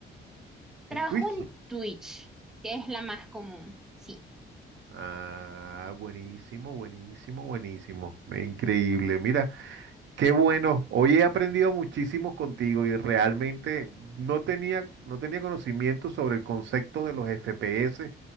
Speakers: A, in the centre; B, on the right.
A: Trabajo
B: ¿En Twitch?
A: en Twitch, que es la más común, sí.
B: Ah, buenísimo, buenísimo, buenísimo, Ve, increíble, mira. Qué bueno, hoy he aprendido muchísimo contigo y realmente no tenía, no tenía conocimiento sobre el concepto de los FPS